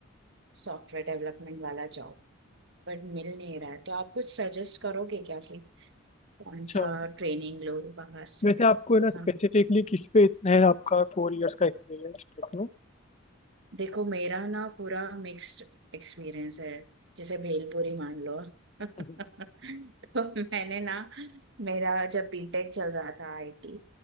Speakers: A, on the right; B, on the left.
A: सॉफ्टवेयर डेवलपमेंट वाला जॉब बट मिल नहीं रहा है तो आप कुछ सजेस्ट करोगे क्या कि कौन
B: अच्छा
A: सा ट्रेनिंग लो बाहर से
B: वैसे आपको है ना
A: हाँ
B: स्पेसिफिकली किस पे इतना है आपका फोर इयर्स का एक्सपीरियंस टेक में
A: देखो मेरा ना पूरा मिक्स्ड एक्सपीरियंस है जैसे भेलपुरी मान लो <laughs> तो
B: हम्म।
A: मैंने ना मेरा जब बीटेक चल रहा था आईटी